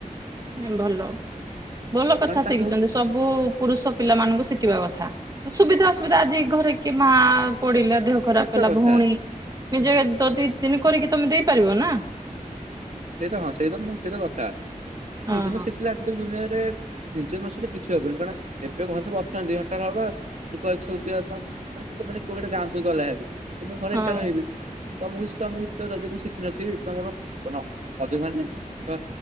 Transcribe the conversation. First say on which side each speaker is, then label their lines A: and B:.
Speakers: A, on the right; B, on the right.
A: ନାଇ ଭଲ ଭଲ କଥା
B: କାରଣ ତାକୁ
A: ଶିଖିଚନ୍ତି ସବୁ ପୁରୁଷ ପିଲାମାନଙ୍କୁ ଶିଖିବା କଥା। ସୁବିଧା ଅସୁବିଧା ଆଜି ଘରେ କିଏ ମା ପଡିଲା ଦେହ ଖରାପ
B: ସତ
A: ହେଲା
B: କଥା
A: ଭଉଣୀ ନିଜେ
B: ହୁଁ
A: ତ ଦି ଦିନି କରିକି ତମେ ଦେଇପାରିବ ନା।
B: ସେଇତ ହଁ ସେଇ ତ ମୁଁ ସେଇତ କଥା
A: ହଁ
B: ନିଜେ
A: ହଁ
B: ତ ଶିଖିଲେ ଆଜିକାଲି ଦୁନିଆରେ ନିଜେ ନସିଲେ କିଛି ହବନି କାରଣ ଏତେ ଘ ସବୁ ଅଛନ୍ତି ହଠାତ୍ ହବ। <unintelligible> ମାନେ କୋଉମାନେ ଗାଁକୁ ବି ଗଲେ ହାରି। ତ ମୁଁ ଘରେ
A: ହଁ
B: ଏକା ରହିବି ତ ମୁ ତ ମୁ ଯଦି ମୁଁ ଶିକିନଥିବି ତମର ଅଧିକ ମାନେ ତ